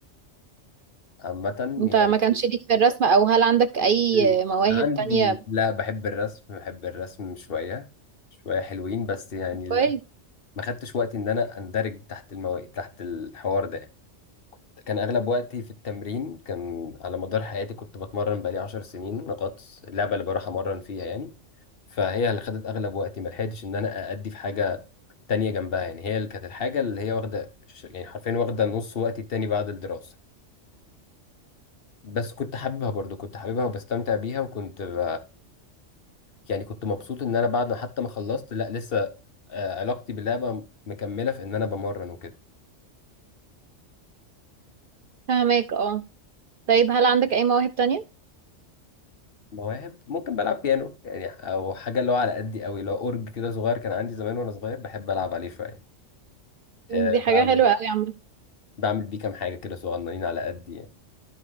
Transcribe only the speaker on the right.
انت
ما كانش ليك في الرسم او هل عندك اي
مواهب
تانية
بتقال
فهماك اه طيب هل عندك أي مواهب تانية؟
دي حاجة
حلوة أوي عامة